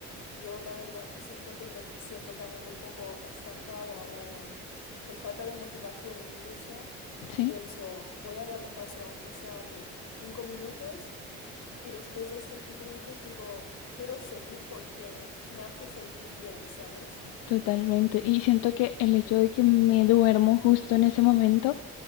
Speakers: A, on the left; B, on the left.
A: Yo la verdad que siempre que me siento también un poco estancada o mm, con falta de motivación incluso,
B: sí,
A: pienso, voy a dar un paseo aunque sean cinco minutos y después de estos cinco minutos digo, quiero seguir porque me hace sentir bien, ¿sabes?
B: totalmente. Y siento que el hecho de que me duermo justo en ese momento